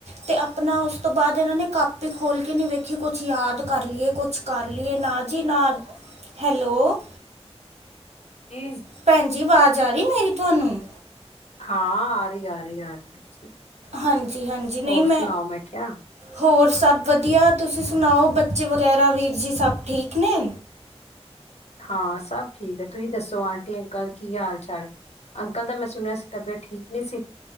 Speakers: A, on the right; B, on the left.
A: ਤੇ ਆਪਣਾ ਉਸ ਤੋਂ ਬਾਅਦ ਇਹਨਾ ਨੇ ਕਾਪੀ ਖੋਲ ਕੇ ਨਹੀ ਵੇਖੀ ਕੁਛ ਯਾਦ ਕਰ ਲਈਏ ਕੁਛ ਕਰ ਲਈਏ ਨਾਲ <unintelligible> ਹੈਲੋ?
B: ਕੀ <unintelligible>
A: ਭੈਣ ਜੀ ਆਵਾਜ ਆ ਰਹੀ ਮੇਰੀ ਤੁਵਾਨੂੰ?
B: ਹਾਂ ਆ ਰਹੀ ਆ ਰਹੀ ਆ ਰਹੀ
A: ਹਾਂਜੀ- ਹਾਂਜੀ ਨਹੀ
B: ਹੋਰ
A: ਮੈ
B: ਸੁਣਾਓ ਮੈਂ ਕਿਹਾ
A: ਹੋਰ ਸਭ ਵਧੀਆ ਤੁਸੀ ਸੁਣਾਓ ਬੱਚੇ ਵਗੈਰਾ ਵੀਰ ਜੀ ਸਭ ਠੀਕ ਨੇ?
B: ਹਾਂ ਸਭ ਠੀਕ ਹੈ। ਤੁਸੀ ਦੱਸੋ ਆਟੀ ਅੰਕਲ ਕੀ ਹਾਲ ਚਾਲ? ਅੰਕਲ ਦਾ ਮੈ ਸੁਣਿਆ ਸੀ ਤਬੀਅਤ ਠੀਕ ਨਹੀ ਸੀ।